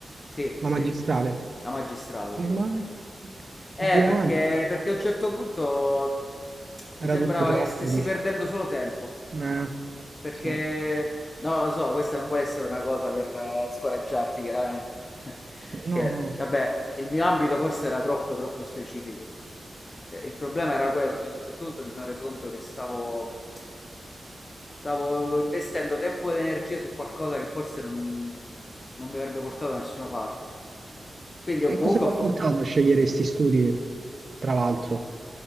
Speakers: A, on the left (about 35°); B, on the right (about 50°).
A: sì,
B: la
A: sì,
B: magistrale.
A: sì. La magistrale,
B: Come
A: sì.
B: mai? Per
A: Eh,
B: due
A: perché,
B: anni,
A: perché a un certo punto mi
B: era
A: sembrava
B: tutto troppo,
A: che stessi
B: dici.
A: perdendo solo tempo.
B: Eh,
A: Perché,
B: sì.
A: no, lo so, questa non vuole essere una cosa per eh, scoraggiarti, chiaramente. <laughs>
B: No,
A: Perché,
B: no.
A: vabbè, il mio ambito forse era troppo, troppo specifico. Eh, Il problema era quello che a un certo punto mi sono reso conto che stavo, Stavo investendo tempo ed energie su qualcosa che forse non, non mi avrebbe portato da nessuna parte. Quindi
B: E
A: ho- comunque
B: cosa ti ha
A: ho fa-
B: portato a scegliere questi studi, tra l'altro?